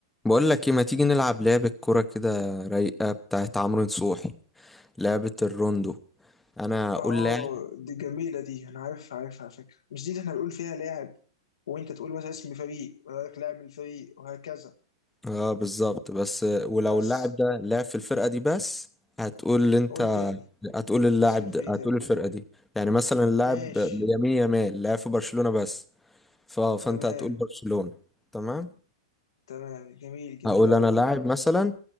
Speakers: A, in the centre; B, on the left.
A: بقول لك ايه ما تيجي نلعب لعبة كرة كده رايقة بتاعت عمرو نصوحي لعبة الروندو انا اقول
B: اه
A: لاعب
B: دي جميلة دي انا عارفها عارفها على فكرة مش دي اللي احنا بنقول فيها لاعب وانت تقول مثلا اسم فريق ويقول لك لاعب من الفريق وهكذا
A: اه بالظبط بس ولو
B: بس
A: اللاعب ده لعب في الفرقة دي بس هتقول انت
B: قول تاني
A: هتقول اللاعب
B: اسم الفريق
A: ده هتقول
B: تاني
A: الفرقة دي يعني مثلا اللاعب
B: ماشي
A: يمين يامال لعب في برشلونة بس ف... فانت
B: تمام
A: هتقول برشلونة تمام
B: تمام جميل جميل
A: هقول
B: قوي
A: انا لاعب مثلا